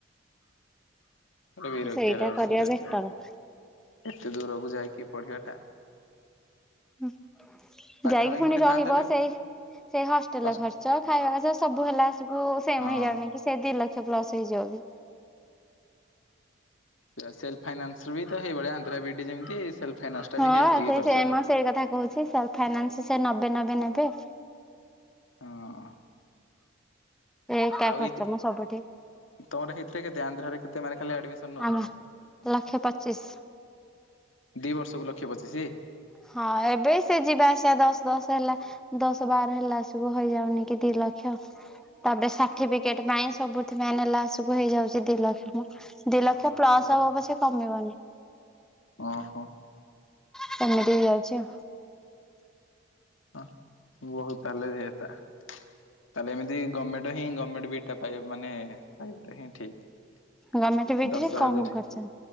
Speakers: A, on the left; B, in the centre.
A: ବିରକ୍ତିଆ
B: ସେଇଟା
A: ଲାଗୁଚି
B: କରିବା
A: ପୁରା ସେତିକାବେଳୁ।
B: ବେଟର।
A: ଏତେ ଦୂରକୁ ଯାଇକି ପଢିବା ଟା
B: ହୁଁ
A: ପାଖାପାଖି
B: ଯାଇକି ପୁଣି
A: ଗୋଟେ
B: ରହିବ
A: ଥାନ୍ତା ହେଲେ
B: ସେଇ ସେଇ ହଷ୍ଟେଲ
A: ହଷ୍ଟ୍
B: ଖର୍ଚ୍ଚ ଖାଇବା ଖର୍ଚ୍ଚ ସବୁ ହେଲାସୁକୁ ସେମ
A: ହଁ
B: ହେଇଯାଉନି କି? କି ସେ ଦି ଲକ୍ଷ ପ୍ଲସ ହେଇଯିବ ବି।
A: ସେ ସେଲ ଫାଇନାନ୍ସରୁ ବି ତ ସେହିଭଳିଆ ଆନ୍ଧ୍ରାବିଡି ଯେମିତି ସେଲ୍ ଫାଇନାନ୍ସ ଟା
B: ହଁ
A: ବି ହେତିକି
B: ସେଇ
A: ଖର୍ଚ୍ଚ।
B: ସେମ ସେଇ କଥା କହୁଛି ସେଲ୍ ଫାଇନାନ୍ସ ସେ ନବେ ନବେ ନେବେ।
A: ହଁ।
B: ଏକା
A: ଆଉ
B: ଖର୍ଚ୍ଚ
A: ଏଇ
B: ମ ସବୁଠି।
A: ତମର ହେଇଥିରେ କେତେ ଆନ୍ଧ୍ରାରେ କେତେ ମାର୍କ ହେଲେ ଆଡମିସନ ନଉଛନ୍ତି?
B: ଆମ ଲକ୍ଷେ ପଚିଶ୍।
A: ଦି ବର୍ଷକୁ ଲକ୍ଷେ ପଚିଶି?
B: ହଁ ଏବେ ସେ ଯିବା ଆସିବା ଦଶ୍ ଦଶ୍ ହେଲା ଦଶ ବାର ହେଲା ସବୁ ହେଇଯାଉନି କି ଦି ଲକ୍ଷ। ତାପରେ ସାର୍ଟିଫିକେଟ ପାଇଁ ସବୁଥିପାଇଁ ନେଲାସୁକୁ ହେଇଯାଉଛି ଦି ଲକ୍ଷ। ଦି ଲକ୍ଷ ପ୍ଲସ
A: ଓହୋ
B: ହବ ପଛେ କମିବନି।
A: ଓହୋ
B: ସେମିତି ହେଇଯାଉଛି ଆଉ।
A: ହ ବହୁ ତାହେଲେ ସେ ତା ତାହେଲେ ଏମିତି ଗମେଣ୍ଟ ହିଁ ଗଭର୍ଣ୍ଣମେଣ୍ଟ ବିଡ୍ଟା ପାଇବାକୁ ମାନେ ପାଇବାଟା ହିଁ ଠିକ।
B: ଗମେଣ୍ଟ ବିଡିରେ
A: ଦଶ
B: କମ
A: ହଜାର
B: ଖର୍ଚ୍ଚ